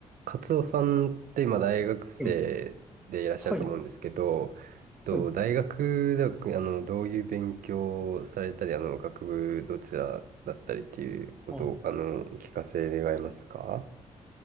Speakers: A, on the right (about 65°); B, in the centre.
A: カツオさんって今大学生でいらっしゃると思うんですけど、
B: うん。はい、
A: と大学ではあのどういう勉強をされたり、
B: はい。
A: あの学部どちらだったりっていうことをあの聞かせ願えますか
B: あ、